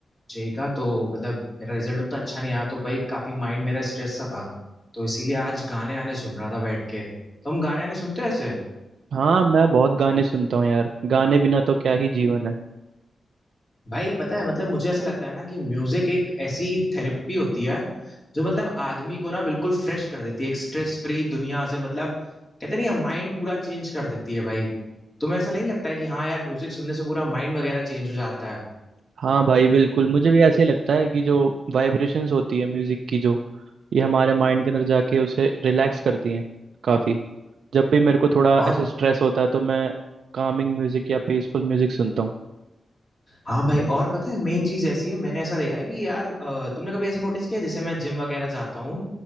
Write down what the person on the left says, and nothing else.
जेई का तो मतलब मेरा रिजल्ट उतना अच्छा नहीं आया तो भाई काफी माइंड मेरा स्ट्रेस सा था तो इसीलिए आज गाने आने सुन रहा था बैठ के तुम गाने आने सुनते हो ऐसे
भाई पता है मतलब मुझे ऐसा लगता है ना कि म्यूजिक एक ऐसी थेरेपी होती है जो मतलब आदमी को ना बिल्कुल फ्रेश कर देती है एक स्ट्रेस फ्री दुनिया से मतलब कहते नहीं माइंड पूरा चेंज कर देती है भाई तुम्हें ऐसा नहीं लगता है कि हाँ यार म्यूजिक सुनने से पूरा माइंड वगैरह चेंज हो जाता है
और
हाँ भाई और पता है मेन चीज ऐसी है मैंने ऐसा देखा है कि यार अ, तुमने कभी ऐसा नोटिस किया जैसे मैं जिम वगैरह जाता हूँ